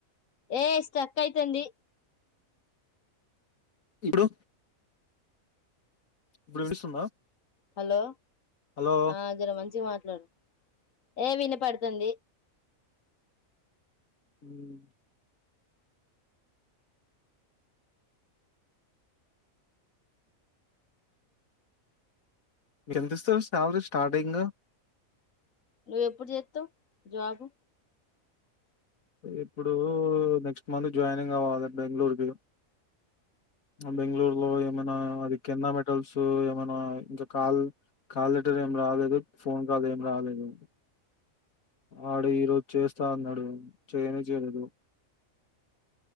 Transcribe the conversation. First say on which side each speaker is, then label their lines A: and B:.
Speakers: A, on the left; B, on the left.
A: ఏ స్ట్రక్ అయితంది
B: ఇప్పుడు ఇప్పుడు వినిపిస్తుందా
A: హలో
B: హలో
A: ఆ జర మంచిగా ఏ వినపడుతుంది
B: ఉమ్ ఎంత ఇస్తారు యావరేజ్ స్టార్టింగ్
A: ను ఎప్పుడు చేతవ్ జాబ్
B: ఇప్పుడు నెక్స్ట్ మంత్ జాయినింగ్ అవ్వాలి బెంగళూరుకిి బెంగళూరు ఏమనా అది హోటల్స్ ఏమైనా ఇంకా కాల్ కాల్ లెటర్ ఏం రాలేదు ఫోన్ కాల్ ఏం రాలేదు ఆడ ఈ రోజు చేస్తా అన్నాడు చేయనే చేయలేదు.